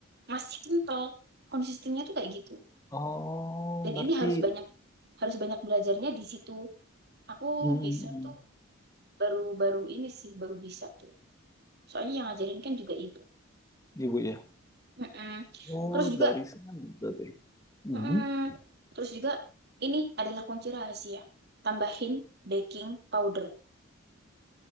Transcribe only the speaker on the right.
masih kental. Konsistensinya tuh kayak gitu.
Dan
ini harus banyak harus banyak belajarnya di situ. Aku
bisa tuh baru-baru ini sih baru bisa tuh. Soalnya yang ngajarin kan juga ibu
Mm-mm.
Terus juga,
mm-mm. Terus juga ini adalah kunci rahasia. Tambahin baking powder.